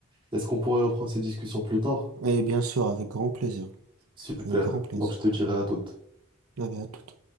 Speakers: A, on the right; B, on the right.
A: Est-ce qu'on pourrait reprendre cette discussion plus tard?
B: Et bien sûr, avec grand plaisir,
A: Super,
B: avec grand plaisir.
A: donc je te dirai à toute.
B: Allez, à tout.